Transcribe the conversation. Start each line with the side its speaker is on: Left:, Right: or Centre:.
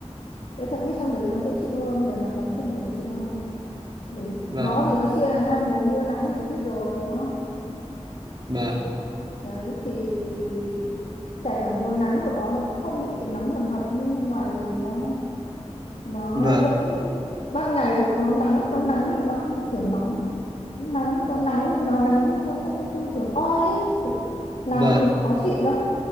Left: Cái thời tiết trong đấy nó dễ chịu hơn, về mặt bằng chung là dễ chịu hơn. Bởi
Right: vâng
Left: nó thì nó chia làm hai mùa mưa nắng thì chú biết rồi, đúng không?
Right: vâng
Left: đấy thì ý- kể cả mùa nắng của nó nó cũng không bị cái nóng hầm hập như ngoài mình nó nó
Right: vâng
Left: vẫn ban ngày thì nó nắng nó nắng nhưng nó không kiểu nóng nắng nó nắng nhưng nó nắng nó không không kiểu oi ấy kiểu làm
Right: vâng
Left: cho mình khó chịu đâu